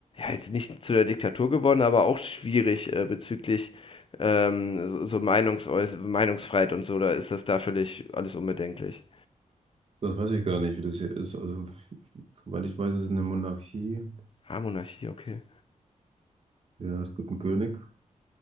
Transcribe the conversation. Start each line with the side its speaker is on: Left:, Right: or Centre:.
Left: jetzt nicht zu der Diktatur geworden, aber auch schwierig äh, bezüglich ähm, so, so Meinungsäuß Meinungsfreiheit und so. Da ist das da völlig alles unbedenklich.
Right: Das weiß ich gar nicht, wie das hier ist. Also, soweit ich weiß, ist es eine Monarchie.
Left: Ah, Monarchie, okay.
Right: Ja, es gibt einen König.